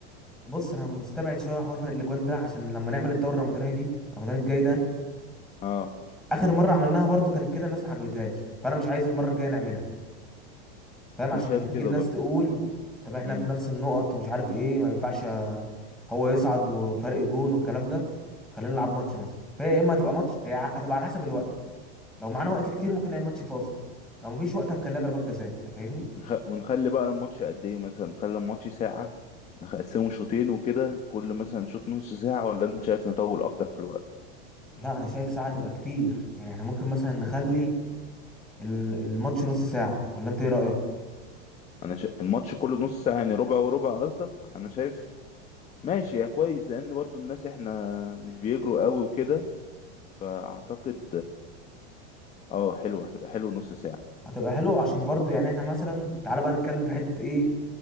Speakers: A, in the centre; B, on the left.
A: بص انا مستبعد شويه حوار فرق الاجوان ده عشان لما نعمل الدوره الرمضانيه دي رمضان الجاي ده
B: اه
A: اخر مره عملناها برضو كانت كده الناس ما عجبتهاش فانا مش عايز المره الجايه نعملها فاهم عشان
B: انا شايف
A: بتيجي
B: كده
A: الناس
B: برضو
A: تقول طب احنا
B: امم
A: في نفس النقط ومش عارف ايه ما ينفعش هو يصعد وفرق جون والكلام ده خلينا نلعب ماتش مثلا فهي يا اما هتبقى ماتش هي ع- هتبقى على حسب الوقت لو معانا وقت كتير ممكن نعمل ماتش فاصل لو مفيش وقت هنخليها ضربات جزاء انت فاهمني
B: نخ... ونخلي بقى الماتش قد ايه مثلا نخلي الماتش ساعة نقسمه شوطين وكده كل مثلا شوط نص ساعة ولا انت شايف نطول اكتر في الوقت
A: لا انا شايف ساعه تبقى كتير يعني احنا ممكن مثلا نخلي ال- الماتش نص ساعه ولا انت ايه رايك
B: انا شا... الماتش كله نص ساعة يعني ربع وربع قصدك انا شايف ماشي يا كويس لان برضو الناس احنا مش بيجروا قوي وكده فاعتقد اه حلوة هتبقى حلو نص ساعة
A: هتبقى حلو عشان برضو يعني احنا مثلا تعالى بقى نتكلم في حته ايه